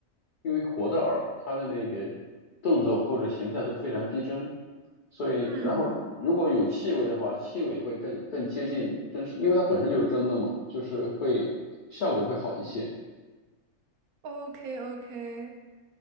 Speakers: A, on the left (about 75°); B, on the right (about 80°).
A: 因为活的饵，它的那个动作或者形态都非常逼真，所以然后如果有气味的话，
B: 嗯
A: 气味会更更接近真实，因为它本身就是真的嘛，就是会效果会好一些。
B: o k o k